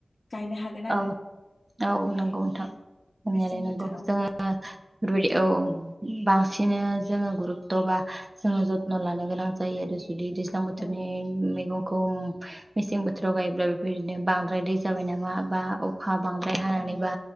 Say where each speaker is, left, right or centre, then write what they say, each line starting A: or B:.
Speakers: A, on the left; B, on the right.
A: गायनो हागोन आरो
B: औ औ
A: माने
B: नंगौ नोंथां नोंनायालाय
A: मेसें बोथोरावबो
B: नंगौ जोङो <unintelligible> औ बांसिनो जोङो गुरुत्त'बा जोङो जत्न' लानो गोनां जायो आरो इदि दैज्लां बोथोरनि
A: औ
B: मैगं <unintelligible> मेसें बोथोराव गायोब्ला बेफोरदिनो बांद्राय दै जाबाय नामा बा अ खा बांद्राय हानानैबा
A: औ